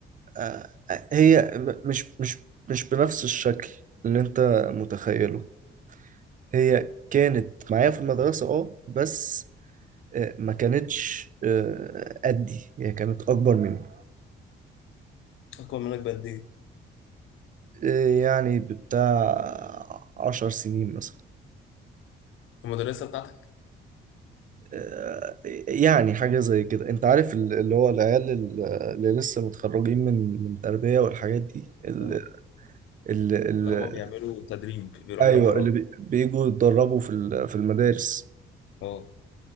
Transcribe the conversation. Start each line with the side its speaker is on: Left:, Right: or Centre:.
Right: آه، هي م- مش مش مش بنفس الشكل اللي انت متخيله هي كانت معايا في المدرسة اه بس آه، ما كانتش آه، قدي هي كانت أكبر مني
Left: اكبر منك بقد ايه؟
Right: آه، يعني بتاع عشر سنين مثلا
Left: في المدرسة بتاعتك؟
Right: آه، يعني حاجة زي كده انت عارف ال- اللي هو العيال ال- اللي لسه متخرجين من من تربية والحاجات دي ال
Left: اه
Right: ال ال
Left: اللي هما بيعملوا تدريب بيروحوا
Right: ايوه
Left: يتدربوا
Right: اللي بي- بيجوا يتدربوا في ال- في المدارس
Left: اه